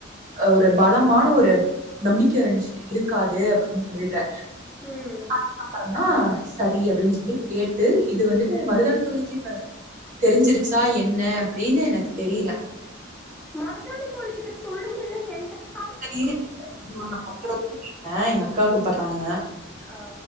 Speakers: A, on the right; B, in the centre.
A: ஒரு பலமான ஒரு நம்பிக்க இருந்ச்சு இருக்காது அப்டின் சொல்லி ட்டு
B: ம்
A: அதுக்கப்ற என்னா சரி அப்டின் சொல்லி கேட்டு இது வந்துட்டு மருதாணி தோழிக்கு இப்ப தெரிஞ்சிருச்சு தா என்ன அப்டின்னு எனக்கு தெரியல
B: மருதாணி தோழிக்கிட்ட சொல்லுங்க இல்ல என்ட
A: இரு அப்ற கூப்பிட்ற எங்க அக்கா கூப்பட்றாங்க
B: ஆ